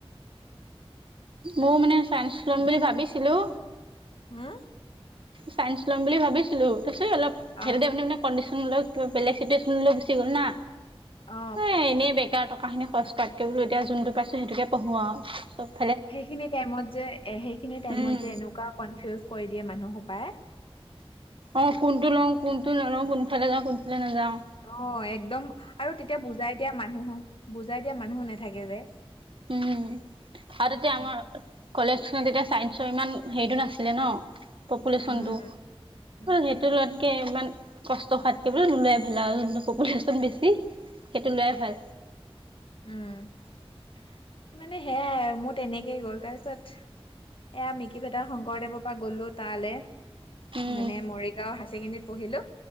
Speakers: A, on the right; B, on the left.
A: ময়ো মানে চায়েন্স ল'ম বুলি ভাবিছিলোঁ
B: হম
A: চাইন্স ল'ম বুলি ভাবিছিলো তাৰপিছত অলপ সেইটোতে
B: অ
A: মানে কণ্ডিচন টো অলপ বেলেগ চিটুৱেচন লৈ গুচি গ'ল না
B: অ
A: এ এনেই বেকাৰ টকাখিনি খৰচ কৰাতকে বোলো এতিয়া যোনটো পাইছোঁ সেইটোকে পঢ়োঁ আৰু চব
B: সেইখিনি টাইমত যে এ সেইখিনি টাইমত
A: উম,
B: যে এনেকুৱা কনফিউজ কৰি দিয়ে মানুহ সোপাই
A: অ কোনটো লওঁ কোনটো নলওঁ কোনফালে যাওঁ কোনফালে নাযাওঁ
B: অ একদম আৰু তেতিয়া বুজাই দিয়া মানুহো বুজাই দিয়া মানুহো নাথাকে যে
A: উম উ আৰু তেতিয়া আমাৰ
B: উম,
A: কলেজখনত তেতিয়া চাইন্সৰ ইমান হেৰিটো নাছিলে ন পপুলেশ্যনটো
B: উম, উম,
A: সেইটো লোৱাতকে ইমান কষ্ট খোৱাতকে বোলো নোলোৱাই ভাল আৰু যোনটো পপুলেশ্যন বেছি সেইটো লোৱাই ভাল
B: উম মানে সেয়াই মোৰ তেনেকেই গ'ল তাৰপিছত এয়া মিকি ভেদা শংকৰদেৱৰ পৰা গলো তালে
A: উম
B: মানে মৰিগাঁও হাই ছেকেণ্ডৰীত পঢ়িলো